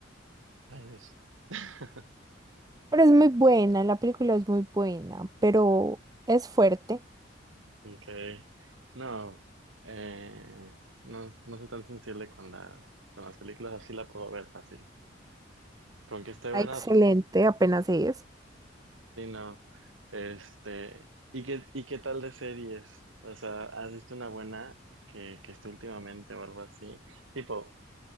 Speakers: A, on the right (about 90°); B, on the right (about 20°).
A: Ay, Dios. <laughs>
B: Pero es muy buena, la película es muy buena, pero es fuerte.
A: Ok. No, eh, no, no soy tan sensible con las, con las películas, así la puedo ver fácil. Con que esté
B: Ah,
A: buena,
B: Excelente,
A: pues,
B: apenas es.
A: sí, no. Este, ¿y qué, y qué tal de series? O sea, ¿has visto una buena que, que esté últimamente o algo así? Tipo,